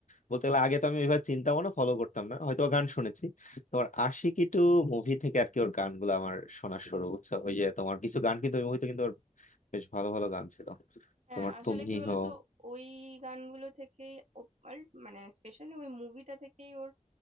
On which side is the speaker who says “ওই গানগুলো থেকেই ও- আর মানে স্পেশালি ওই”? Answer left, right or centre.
Right